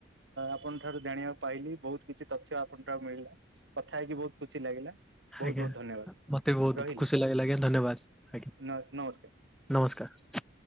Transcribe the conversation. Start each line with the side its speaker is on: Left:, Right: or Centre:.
Right: ଆପଣ ଠାରୁ ଜାଣିବାକୁ ପାଇଲିି ବହୁତ କିଛି ତଥ୍ୟ ଆପଣ ଠାରୁ ମିଳିଲା କଥା ହେଇକି ବହୁତ ଖୁସି ଲାଗିଲା। ବହୁତ
Centre: ଆଜ୍ଞା
Right: ବହୁତ ଧନ୍ୟବାଦ
Centre: ମତେ ବି ବହୁତ
Right: ରହିଲି
Centre: ଖୁସି ଲାଗିଲ ଆଜ୍ଞା ଧନ୍ୟବାଦ ଆଜ୍ଞା
Right: ନମସ୍କାର।
Centre: ନମସ୍କାର।